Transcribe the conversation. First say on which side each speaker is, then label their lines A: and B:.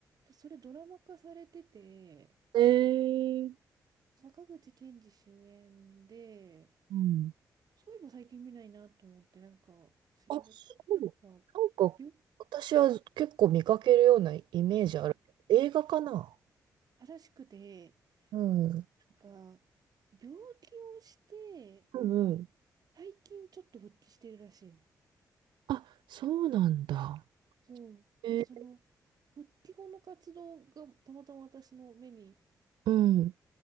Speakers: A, on the right; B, on the right.
A: それドラマ化されてて、
B: え
A: 坂口憲二主演で、
B: うん。
A: そういえば最近見ないなと思って、なんか調べ、
B: あ、そう。
A: ちょっとなんか、
B: なんか、
A: 病、
B: 私は結構見かけるようなイメージある。
A: あ、
B: 映画かな
A: 正しくて、
B: うん。
A: なんか、病気をして、
B: うんうん。
A: 最近ちょっと復帰してるらしい。
B: あ、そうなんだ。
A: そう。
B: え
A: で、その、復帰後の活動がたまたま私の目に
B: うん。